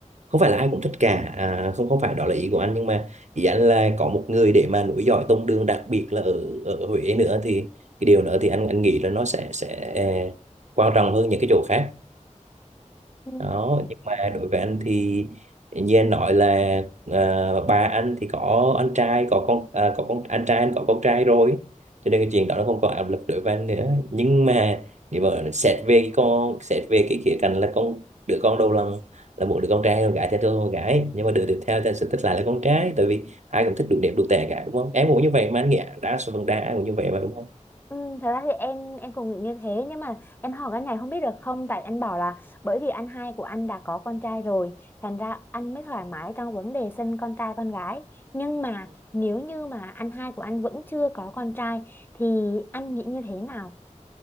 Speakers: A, on the right; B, on the left.
A: không phải là ai cũng thích cả à, không không phải đó là ý của anh nhưng mà ý anh là có một người để mà nối dõi tông đường đặc biệt là ở ở Huế nữa thì cái điều nữa thì anh anh nghĩ là nó sẽ sẽ eh, quan trọng hơn những cái chỗ khác
B: Ừ.
A: đó nhưng mà đối với anh thì như anh nói là à, ba anh thì có anh trai có con à, có con anh trai anh có con trai rồi cho nên cái chuyện đó nó không còn áp lực đối với anh nữa nhưng mà nếu mà xét về cái con xét về cái khía cạnh là con đứa con đầu lòng là một đứa con trai con gái thì tôi con gái nhưng mà đứa tiếp theo thì anh sẽ thích lại là con trai tại vì ai cũng thích đủ đẹp đủ tệ cả đúng không em cũng như vậy mà anh nghĩ đa số phần đa ai cũng như vậy mà đúng không
B: Ừ, thật ra thì em em cũng nghĩ như thế nhưng mà em hỏi cái này không biết được không tại anh bảo là bởi vì anh hai của anh đã có con trai rồi thành ra anh mới thoải mái trong vấn đề sinh con trai con gái nhưng mà nếu như mà anh hai của anh vẫn chưa có con trai thì anh nghĩ như thế nào